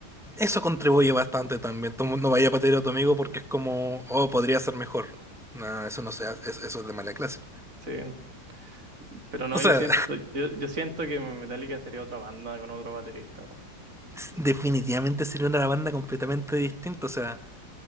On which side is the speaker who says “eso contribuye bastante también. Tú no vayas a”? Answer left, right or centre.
Centre